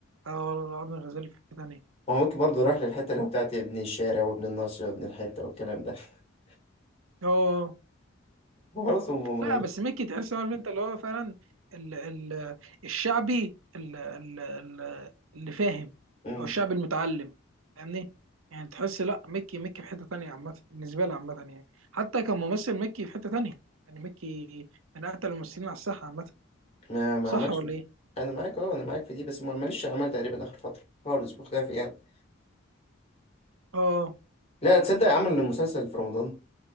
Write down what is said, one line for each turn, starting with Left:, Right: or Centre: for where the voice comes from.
Right: اه ارن غزال في حته تانيه
Left: هو ممكن برضه يروح للحتة اللي هو بتاعت ابن الشارع وابن الناصية وابن الحتة والكلام ده <laughs>
Right: اه
Left: هو خلاص هم مهمين
Right: لا بس ميكي تحس عارف انت اللي هو فعلا ال ال الشعبي ال ال ال اللي فاهم
Left: مم.
Right: او الشعبي المتعلم فاهمني يعني تحس لا ميكي ميكي في حتة تانية عامة بالنسبة لي عامة يعني حتى كممثل ميكي في حتة تانية يعني ميكي من أقتل الممثلين على الساحة عامة
Left: ما ما
Right: صح
Left: عملش
Right: ولا إيه؟
Left: أنا معاك أه أنا معاك في دي بس ما عملش عمل تقريبا آخر فترة خالص بخلافي يعني
Right: اه
Left: لا تصدق عمل مسلسل في رمضان